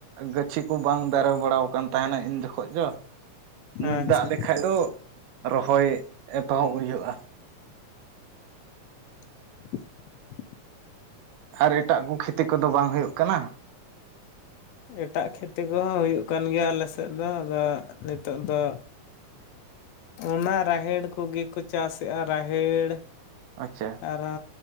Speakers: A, on the right; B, on the left.
A: ᱜᱟᱹᱪᱷᱤ ᱠᱚ ᱵᱟᱝ ᱫᱟᱨᱮ ᱵᱟᱲᱟᱣ ᱟᱠᱟᱱ᱾ ᱛᱟᱸᱦᱮᱱᱟ ᱤᱱ ᱡᱚᱠᱷᱚᱡ ᱫᱚ ᱱᱤᱛ
B: ᱟᱪᱪᱷᱟ
A: ᱫᱟᱜ ᱞᱮᱠᱷᱟᱡ ᱫᱚ ᱨᱚᱦᱚᱭ ᱮᱛᱚᱦᱚᱵ ᱦᱩᱭᱩᱜ-ᱟ᱾
B: <inaudible>
A: ᱟᱨ ᱮᱴᱟᱜ ᱠᱚ ᱠᱷᱮᱛᱤ ᱠᱚᱫᱚ ᱵᱟᱝ ᱦᱩᱭᱩᱜ ᱠᱟᱱᱟ?
B: ᱮᱴᱟᱜ ᱠᱷᱮᱛᱤ ᱠᱚᱦᱚᱸ ᱦᱩᱭᱩᱜ ᱠᱟᱱ ᱜᱮᱭᱟ ᱟᱞᱮ ᱥᱮᱫ ᱫᱚ ᱟᱫᱚ ᱱᱤᱛᱚᱜ ᱫᱚ ᱚᱱᱟ ᱨᱟᱦᱮᱲ ᱠᱚᱜᱮ ᱠᱚ ᱪᱟᱥᱮᱜ-ᱟ ᱨᱟᱦᱮᱲ
A: ᱟᱪᱪᱷᱟ᱾
B: ᱟᱨᱚ